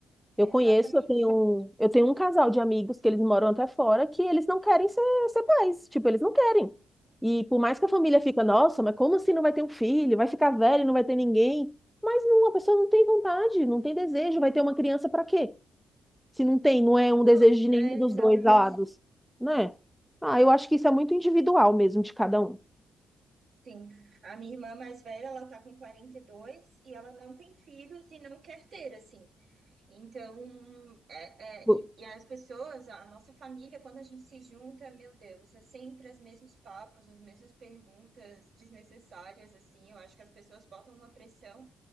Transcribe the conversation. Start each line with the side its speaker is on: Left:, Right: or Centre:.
Centre: Eu
Right: exatamente.
Centre: conheço, eu tenho, um- eu tenho um casal de amigos que eles moram até fora que eles não querem ser, ser pais, tipo, eles não querem. E por mais que a família fica, nossa, mas como assim não vai ter um filho? Vai ficar velho, e não vai ter ninguém. Mas não, a pessoa não tem vontade, não tem desejo, vai ter uma criança para quê? Se não tem, não é um
Right: Eu-
Centre: desejo de nenhum
Right: É, exatamente,
Centre: dos dois lados, né? Ah, eu acho que isso é muito individual mesmo de cada um.
Right: sim. A minha irmã mais velha, ela tá com 42 e dois e ela não tem filhos e não quer ter, assim. Então, é, é,
Centre: Bu-
Right: e, e as pessoas, a nossa família, quando a gente se junta, meu Deus, é sempre os mesmos papos, as mesmas perguntas desnecessárias, assim. Eu acho que as pessoas botam uma pressão